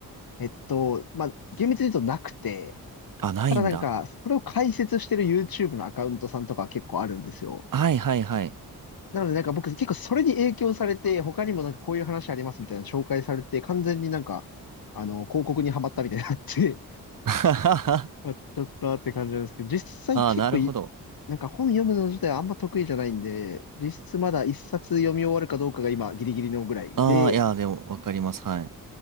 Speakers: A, on the left; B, on the right.
A: えっと、まあ、厳密に言うとなくて、
B: あ、ないんだ。
A: ただなんか、それを解説してる YouTube のアカウントさんとかは結構あるんですよ。
B: はいはいはい。
A: なのでなんか僕結構それに影響されて、他にもなんかこういう話ありますみたいな紹介されて、完全になんか、あの、広告にはまったみたいになって、
B: <laughs> あ
A: <laughs> あ、ちょっとって感じなんですけど、実際結構い
B: あ、なるほど。
A: なんか本読むの自体はあんま得意じゃないんで、実質まだ一冊読み終わるかどうかが今ギリギリのぐらいで、
B: ああ、いや、でも、わかります。はい。